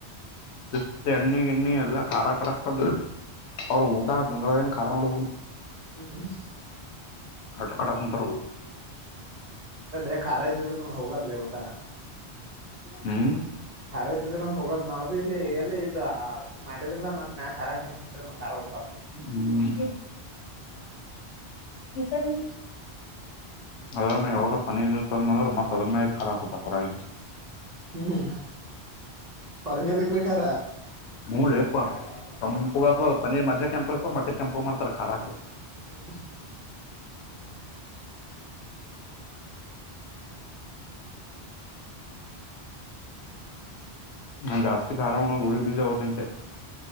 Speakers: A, on the left; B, on the right.
A: ಸಿಸ್ತಾ ಎಣ್ಣಿ ಗಿಣ್ಣಿ ಎಲ್ಲಾ ಖಾರ ಕಡಕ್ ಅವರ ಊಟಾ ನಿಂಗ ಕಖರಡ
B: ಹ್ಮ್
A: ಆಟ ಕಡ ಕುಂತಾರದು
B: ಅ ಖಾರ ಇದ್ದಿದ್ರ ಹೋಗಲ್ಲೇ ಊಟ
A: ಹ್ಮ್
B: ಖಾರ ಇದ್ದಿದ್ರ ನ ಹೋಗಲ್ ನಾವ ಬಿ ಇಲ್ಲಿ ಎಲ್ಲಿ ಇದದು ಮಾಡಿದ್ರದ ಮತ್ ಮ್ಯಾ ರಾಕೊಂಡ ಖಾರ ಉಪ್ಪ
A: ಹ್ಮ್ ಈತರಿ ಅದ ಯಾವ್ದ ಪನೀರ್ ತಂದ ಅಂದ್ರೆ ಮತ್ತತ್ ಅದ್ಮಐತ್ ಖಾರ ಹಾಕ ಕೊಡ್ತಾರೆ ಹೊರಗ
B: ಹ್ಮ್ ಹೊರಗಂದಕ್ ಬೇಕಾರ
A: ಹು ಲೇ ಪಾ ತಂಪು ಪನ್ನೀರ್ ಮ ಕೆಂಪ ಮತ್ತೆ ಕೆಂಪ ಮಾಡತಾರೆ ಖಾರ
B: ಹ್ಮ್
A: ನಾ ಜಾಸ್ತಿ ಖಾರ ಉನೋದು ಬಿಜಾಬಿದ್ದೆ ಅವ್ರ ನಿಂತೆ